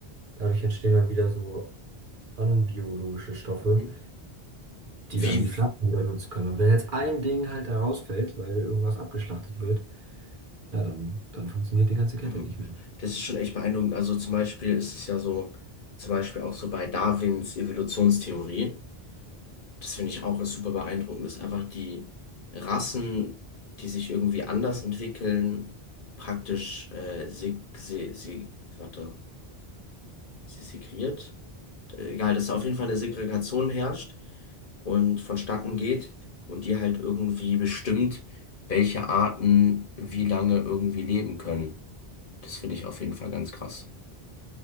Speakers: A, on the right (about 55°); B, on the left (about 55°).
A: Dadurch entstehen dann wieder so anbiologische Stoffe,
B: Mhm.
A: die
B: Wie,
A: dann die Pflanzen wieder nutzen können. Und wenn jetzt ein Ding halt da rausfällt, weil irgendwas abgeschlachtet wird, ja, dann, dann funktioniert die ganze Kette
B: mhm.
A: nicht mehr.
B: Das ist schon echt beeindruckend. Also zum Beispiel ist es ja so, zum Beispiel auch so bei Darwins Evolutionstheorie. Das finde ich auch ist super beeindruckend, dass einfach die Rassen, die sich irgendwie anders entwickeln, praktisch äh, seg se se warte, se segregiert. Egal, dass da auf jeden Fall eine Segregation herrscht und vonstatten geht und die halt irgendwie bestimmt, welche Arten wie lange irgendwie leben können. Das finde ich auf jeden Fall ganz krass.